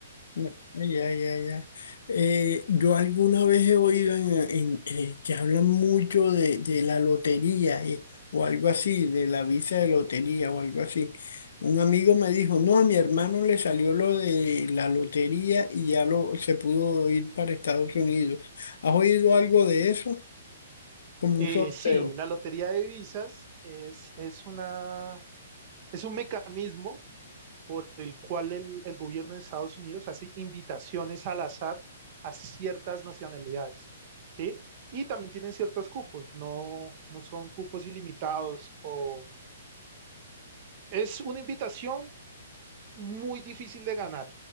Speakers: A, on the left; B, on the right.
A: No, Ya, ya, ya. Eh, yo alguna vez he oído en- en- eh, que hablan mucho de, de la lotería eh, o algo así, de la visa de lotería o algo así. Un amigo me dijo, no, a mi hermano le salió lo de la lotería y ya lo, se pudo ir para Estados Unidos. ¿Has oído algo de eso? Como un
B: Eh,
A: sorteo.
B: sí, la lotería de divisas es, es una, es un mecanismo por el cual el, el gobierno de Estados Unidos hace invitaciones al azar a ciertas nacionalidades, ¿sí? Y también tienen ciertos cupos, no, no son cupos ilimitados o es una invitación muy difícil de ganar,